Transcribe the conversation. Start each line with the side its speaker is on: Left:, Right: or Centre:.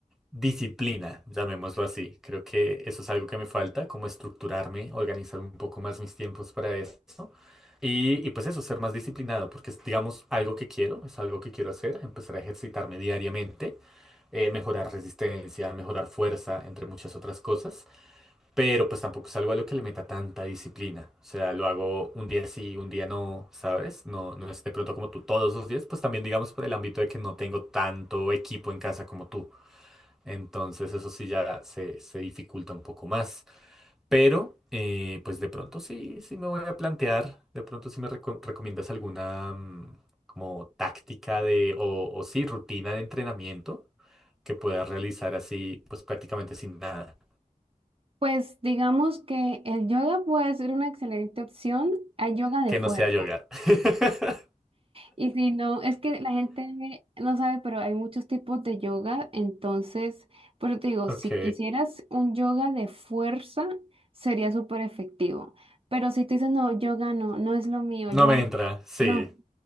Centre: disciplina, llamémoslo así. Creo que eso es algo que me falta, como estructurarme, organizar un poco más mis tiempos para eso. Y, y pues eso, ser más disciplinado, porque es, digamos, algo que quiero, es algo que quiero hacer, empezar a ejercitarme diariamente, eh, mejorar resistencia, mejorar fuerza, entre muchas otras cosas, pero pues tampoco es algo a lo que le meta tanta disciplina, o sea, lo hago un día sí, un día no, ¿sabes? No, no es de pronto como tú todos los días, pues también digamos por el ámbito de que no tengo tanto equipo en casa como tú. Entonces eso sí ya se, se dificulta un poco más. Pero eh, pues de pronto sí, sí me voy a plantear, de pronto sí me reco- recomiendas alguna mm, como táctica de o, o sí, rutina de entrenamiento que puedas realizar así pues prácticamente sin nada,
Right: Pues digamos que el yoga puede ser una excelente opción. Hay yoga de
Centre: que
Right: fuerza.
Centre: no sea yoga. <laughs>
Right: Y si no, es que la gente no sabe, pero hay muchos tipos de yoga. Entonces, por eso te digo,
Centre: Ok,
Right: si quisieras un yoga de fuerza, sería súper efectivo. Pero si tú dices, no, yoga no, no es lo mío,
Centre: no
Right: yo
Centre: me
Right: no.
Centre: entra, sí.
Right: No,